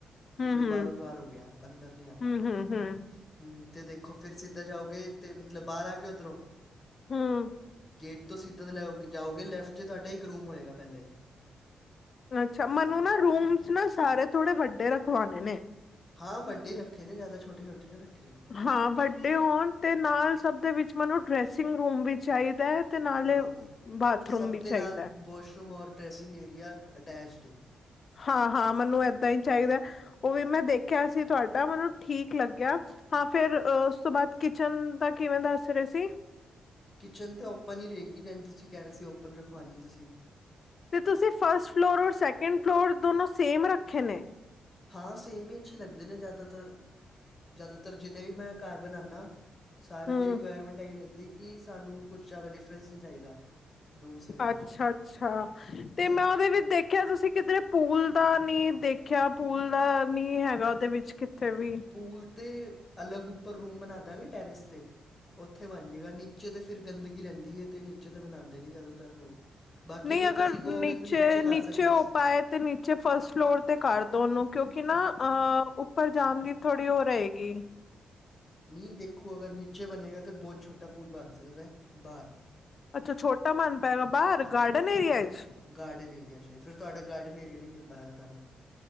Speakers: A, on the left; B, on the left.
A: ਹਮ
B: ਮਤਲਬ
A: ਹਮ
B: ਬਾਰੋ- ਬਾਰ ਹੋ ਗਿਆ ਅੰਦਰ ਨੀ ਆਨਾ
A: ਹਮ
B: ਪਏਗਾ।
A: ਹਮ ਹਮ
B: ਹੂੰ, 'ਤੇ ਦੇਖੋ, ਫਿਰ ਸਿਧੇ ਜਾਓਗੇ 'ਤੇ ਮਤਲਬ ਬਾਰ ਆ ਗਏ ਉਧੱਰੋ।
A: ਹਾਂ।
B: ਗੇਟ ਤੋ ਸਿਧਾ ਲੈਉ ਕੇ ਜਾਓਗੇ, ਲੈਫਟ 'ਚ ਤੁਹਾਡਾ ਇਕ ਰੂਮ ਹੋਏਗਾ ਪੈਲੇ।
A: ਅਛਾ, ਮੈਨੂੰ ਨਾ ਰੂਮਸ ਨਾ ਸਾਰੇ ਥੋੜੇ ਵਡੇ ਰਖਵਾਨੇ ਨੇ।
B: ਹਾਂ, ਵਡੇ ਈ ਰਖੇ ਨੇ, ਜਾਦਾ ਛੋਟੇ- ਛੋਟੇ ਨੀ ਰੱਖੇ।
A: ਹਾਂ, ਵੱਡੇ ਹੋਨ ਤੇ ਨਾਲ ਸਭ ਦੇ ਵਿਚ ਮੈਨੂੰ ਡਰੈਸਿੰਗ ਰੂਮ ਵੀ ਚਾਈਦੈ। 'ਤੇ ਨਾਲੇ,
B: ਹਾਂ
A: ਬਾਥਰੂਮ
B: ਸਭ
A: ਵੀ
B: ਦੇ
A: ਚਾਈਦੈ।
B: ਨਾਲ ਵਾਸ਼ਰੂਮ ਔਰ ਡਰੈਸਿੰਗ ਏਰੀਆ, ਅਟੈਚਡ।
A: ਹਾਂ-ਹਾਂ, ਮੈਨੂੰ ਏਦਾ ਈ ਚਾਈਦੈ। ਉਹ ਵੀ ਮੈ ਦੇਖਿਆ ਸੀ ਤੁਹਾਡਾ, ਮੈਨੂੰ ਠੀਕ ਲਗਿਆ। ਹਾਂ, ਫੇਰ ਉਸ ਤੋ ਬਾਦ ਕਿਚਨ ਦਾ ਕਿਵੇਂ ਦਸ ਰੇ ਸੀ?
B: ਕਿਚਨ ਤਾਂ ਓਪਨ ਈ ਰੇਗੀ, ਜੈਵੇਂ ਤੁਸੀ ਕੈਅ ਰੇ ਸੀ, ਓਪਨ ਰਖਵਾਨੀ ਤੁਸੀ।
A: 'ਤੇ ਤੁਸੀ ਫਸਟ ਫਲੋਰ ਔਰ ਸੈਕਿੰਡ ਫਲੋਰ ਦੋਨੋਂ ਸੇਮ ਰੱਖੇ ਨੇ।
B: ਹਾਂ, ਸੇਮ ਈ ਅਛੇ ਲਗਦੇ ਨੇ ਜਾਦਾਤਰ, ਜਾਦਾਤਰ ਜਿਨੇ ਵੀ ਮੈ ਕਾਰ ਬਨਾਨਾ। ਸਾਰਿਆ
A: ਹੂੰ,
B: ਦੀ ਰਿਕੁਆਇਰਮੈਂਟ ਇਹਹੀ ਰਹਿਦੀ ਕਿ ਸਾਨੂੰ ਕੁਛ ਜਿਆਦਾ ਡਿਫਰੈਸ ਨਹੀ ਚਾਹੀਦਾ- ਰੂਮਸ ਵਗੈਰਾ
A: ਅੱਛਾ-
B: 'ਚ
A: ਅੱਛਾ
B: ਅਤੇ
A: ਤੇ ਮੈ ਉਹਦੇ ਵਿਚ ਦੇਖ- ਖੈਰ ਤੁਸੀ ਕਿਧਰੇ ਪੂਲ ਦਾ ਨਹੀ ਦੇਖਿਆ ਪੂਲ ਦਾ ਨੀ ਹੈਗਾ ਉਹਦੇ ਵਿਚ ਕਿਥੇ ਵੀ-
B: ਪੂਲ ਤੇ ਅਲੱਗ ਉਪਰ ਰੂਮ ਬਣਾ ਦਾਗੇ ਟੈਰਸ ਤੇ- ਉਥੇ ਬਣ ਜਾਏਗਾ ਨੀਚੇ ਤਾਂ ਫਿਰ ਗੰਦਗੀ ਰਹਿਦੀ ਹੈ। ਅਤੇ ਨੀਚੇ ਤਾਂ ਬਣਾਉਦੇ ਨੇ ਜਿਆਦਾ ਤਰ ਲੋਕ- ਬਾਕੀ
A: ਨਹੀ ਅਗਰ
B: ਤੁਸੀਂ ਕਹੋਗੇ
A: ਨੀਚੇ-
B: ਤਾਂ ਕਰ
A: ਨੀਚੇ
B: ਸਕਦੇ
A: ਹੋ
B: ਹਾਂ ਅਸੀਂ
A: ਪਾਏ- ਤੇ ਨੀਚੇ ਫਸਟ ਫਲੋਰ ਤੇ ਕਰ ਦੋ ਉਨੂੰ ਕਿਉਕਿ ਨਾ ਅਹ ਉਪਰ ਜਾਣ ਦੀ ਥੋੜ੍ਹੀ ਉਹ ਰਹੇਗੀ-
B: ਨਹੀ ਦੇਖੋ ਅਗਰ ਨੀਚੇ ਬਣੇਗਾ ਤਾਂ ਬਹੁਤ ਛੋਟਾ ਪੂਲ ਬਣ ਸਕਦਾ ਬਾਹਰ-
A: ਅਛਾ ਛੋਟਾ ਮਨ ਦਾ ਬਾਹਰ
B: ਹਾਂ
A: ਗਾਰਡਨ ਏਰੀਆ ਚ-
B: ਗਾਰਡਨ ਏਰੀਆ 'ਚ ਫਿਰ ਤੁਹਾਡਾ ਗਾਰਡਨ ਏਰੀਆ ਨਹੀਂ ਮਿਲ ਪਾਏਗਾ ਤੁਹਾਨੂੰ-